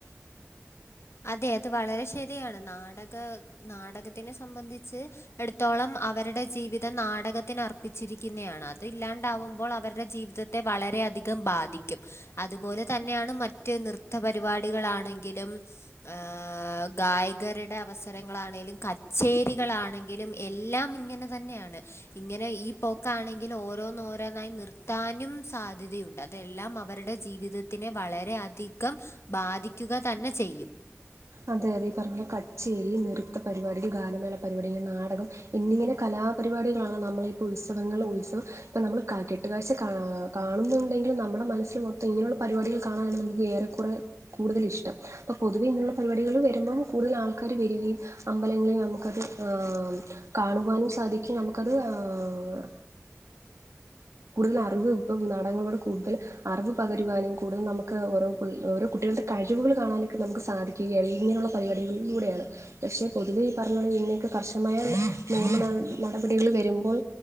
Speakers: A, on the left; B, on the right.
A: അതെ അത് വളരെ ശരിയാണ്. നാടക നാടകത്തിനെ. സംമ്പന്ധിച്ച് എടുത്തോളം അവര്ടെ ജീവിതം നാടകത്തിന് അർപ്പിച്ചിരിക്കുന്നേയാണ്. അത് ഇല്ലാണ്ടാവുമ്പോൾ അവരുടെ ജീവിത ത്തെ വളരെയധികം ബാധിക്കും. അത്പോലെ തന്നെയാണ് മറ്റ് നൃത്ത പരിപാടികളാണെങ്കിലും ആഹ് ആഹ്. ഗായകരുടെ അവസരങ്ങളാണേലും, കച്ചേരികളാണെങ്കിലും എല്ലാം ഇങ്ങനെ തന്നെയാണ്. ഇങ്ങനെ ഈ പോക്കാണെങ്കില് ഓരോന്നോരോന്നായി നിർത്താനും സാധ്യതയുണ്ട്. തെല്ലാം അവര്ടെ ജീവിതത്തിനെ വളരെ അധികം ബാധിക്കുക തന്നെ ചെയ്യും.
B: അതെ, അതെ ഈ പർഞ്ഞ കച്ചേരി, നൃത്ത പരിപാടികൾ, ഗാനമേള പരിപാടി, നാടകം എന്നിങ്ങനെ കലാപരിപാടികളാണ് നമ്മളെ ഇപ്പോ ഉത്സവങ്ങൾ ഉത്സവ പ്പ നമ്മൾ ക്ക കെട്ടുകാഴ്ച കാ കാണുന്നുണ്ടെങ്കിലും നമ്മടെ മനസ്സിൽ മൊത്തം ഇങ്ങനെള്ള പരിപാടികൾ കാണാനാണ് നമുക്ക് ഏറെക്കുറെ കൂടുതൽ ഇഷ്ടം. അപ്പ പൊതുവെ ഇങ്ങനു പരിപാടികളിൽ വെര്മ്പം കൂടുതല് ആൾക്കാര് വെര്കയും അമ്പലങ്ങളിൽ നമുക്കത് ആഹ് മ് കാണുവാനും സാധിക്കും നമ്മക്കത് ആഹ് കൂടുതലറിവ് ഇപ്പൊ നാടകങ്ങളോട് കൂട്തൽ അറിവ് പകരുവാനും കൂടുതൽ നമുക്ക് ഓരോ പ് ഓരോ കുട്ടികൾടെ കഴിവ്കൾ കാണാനൊക്കെ നമുക്ക് സാധിക്കും. ഏഹ് <unintelligible> ഇങ്ങനുള്ള പരിപാടളിലൂടെയാണ് പക്ഷെ പൊതുവെ ഈ പർഞ്ഞ പോലെ ഇന്നേക്ക് കർശമായ നിയമ നട് നടപടികൾ വരുമ്പോൾ